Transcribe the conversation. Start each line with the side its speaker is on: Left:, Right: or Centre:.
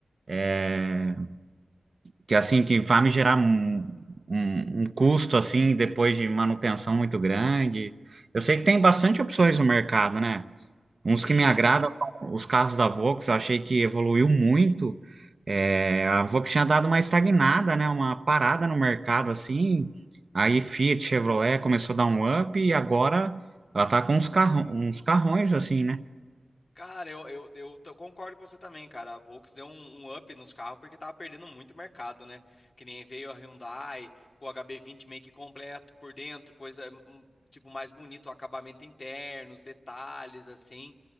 Right: é, que, assim, que vá me gerar um, um, um custo, assim, depois de manutenção muito grande. Eu sei que tem bastante opções no mercado, né? Uns
Left: Sim.
Right: que me agradam são os carros da Volks, eu achei que evoluiu muito. É, a Volks tinha dado uma estagnada, né? Uma parada no mercado assim. Aí Fiat, Chevrolet começou a dar um up e agora ela tá com uns carrão, uns carrões assim, né?
Left: Cara, eu, eu, eu tô- concordo com você também, cara. A Volks deu um, um up nos carros porque tava perdendo muito mercado, né? Que nem veio a Hyundai com o HB20 meio que completo por dentro, coisa hum, tipo mais bonito, o acabamento interno, os detalhes assim.